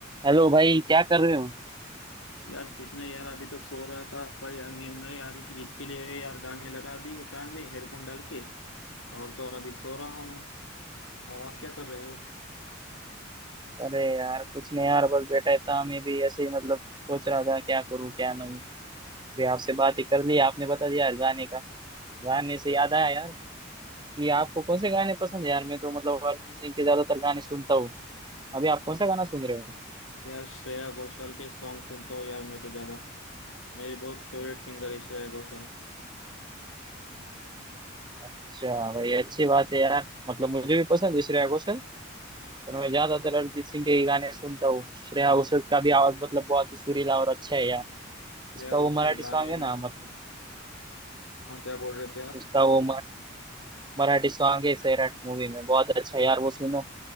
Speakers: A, on the right (about 25°); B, on the left (about 80°).
A: Hello भाई क्या कर रहे हो
B: यार कुछ नहीं यार अभी तो सो रहा था पर यार नींद नहीं आ रही थी इसके लिए यार गाने लगा दिए कान में हेडफोन डाल के और तो और अभी सो रहा हूँ और आप क्या कर रहे हो
A: अरे यार कुछ नहीं यार बस बैठा ही था मैं भी ऐसे ही मतलब सोच रहा था क्या करूं क्या नहीं भी आपसे बात ही कर ली आपने बता दिया यार गाने का गाने से याद आया यार कि आपको कौन से गाने पसंद है यार मैं तो मतलब अरिजीत सिंह के ज्यादातर गाने सुनता हूँ अभी आप कौन सा गाना सुन रहे हो
B: यार श्रेया घोषाल के सॉन्ग सुनता हूँ यार मैं तो ज्यादा मेरी बहुत फेवरेट सिंगर है श्रेया घोषाल
A: अच्छा भाई अच्छी बात है यार मतलब मुझे भी पसंद है श्रेया घोषाल पर मैं ज्यादातर अरिजीत सिंह के ही गाने सुनता हूँ श्रेया घोषाल का भी आवाज मतलब बहुत ही सुरीला और अच्छा है यार उसका
B: यार
A: वो
B: उसके
A: मराठी
B: गाने
A: सॉन्ग है
B: में
A: ना मतलब
B: हाँ क्या बोल रहे थे आप
A: उसका वो मराठी सॉन्ग है सैराट मूवी में बहुत अच्छा यार वो सुनो